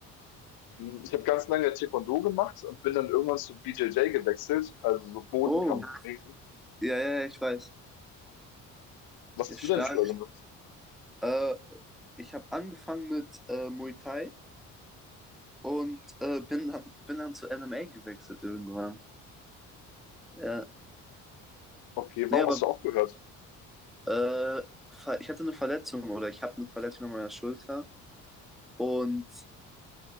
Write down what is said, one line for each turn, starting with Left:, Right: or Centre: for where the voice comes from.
Left: Hm, Ich habe ganz lange Taekwondo gemacht und bin dann irgendwann zu BJJ gewechselt, also so Bodenkampf,
Centre: Oh,
Left: Ringen.
Centre: ja, ja, ja, ich weiß.
Left: Was
Centre: Ja,
Left: hast
Centre: stark.
Left: du denn früher gemacht?
Centre: Äh, ich habe angefangen mit äh, Muay Thai. und äh, bin dann, bin dann zu MMA gewechselt irgendwann. Ja.
Left: Okay,
Centre: Nee,
Left: warum
Centre: aber
Left: hast du aufgehört?
Centre: äh, ver- ich hatte eine Verletzung oder ich habe eine Verletzung an meiner Schulter und